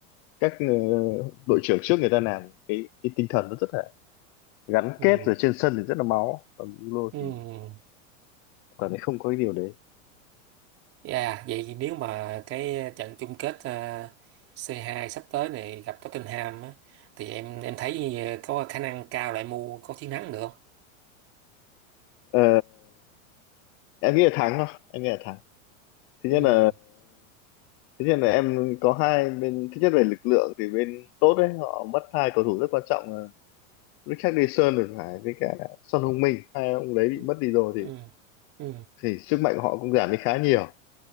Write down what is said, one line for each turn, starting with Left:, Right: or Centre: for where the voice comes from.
Left: các ờ, đội trưởng trước người ta làm cái cái tinh thần nó rất là gắn
Right: ừ
Left: kết rồi trên sân thì rất là máu còn Bruno
Right: ừ ừ.
Left: thì cảm thấy không có cái điều đấy
Right: Yeah, vậy thì nếu mà cái trận chung kết ờ, C2 sắp tới này gặp Tottenham á, thì em em thấy ờ, có khả năng cao lại mua có chiến thắng được không?
Left: Ờ, em nghĩ là thắng không em nghĩ là thắng thứ
Right: Ừ,
Left: nhất là thứ nhất là em có hai bên thứ nhất về lực lượng thì bên tốt đấy họ mất hai cầu thủ rất quan trọng là Richarlison thì phải với cả Son Heung-min hai ông đấy bị
Right: Ừ.
Left: mất đi rồi
Right: ừ,
Left: thì
Right: ừ,
Left: thì sức mạnh của họ cũng giảm đi khá nhiều